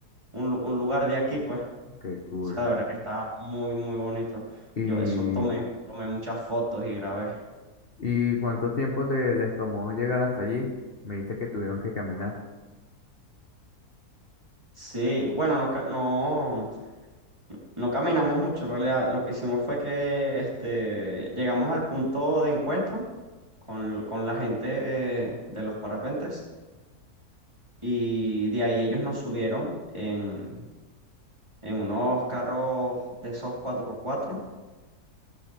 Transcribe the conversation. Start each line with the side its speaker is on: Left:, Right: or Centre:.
Right: un, lu- un lugar de aquí, pues, o
Left: Qué cool.
Right: sea, de verdad que estaba muy, muy bonito.
Left: ¿Y,
Right: Yo eso tomé, tomé muchas fotos y grabé.
Left: y cuánto tiempo te les tomó llegar hasta allí? Me dijiste que tuvieron que caminar.
Right: Sí, bueno, no, ca- no. No caminamos mucho, en realidad lo que hicimos fue que este, llegamos al punto de encuentro con, con la gente eh, de los parapentes y de ahí ellos nos subieron en, en unos carros de esos cuatro por cuatro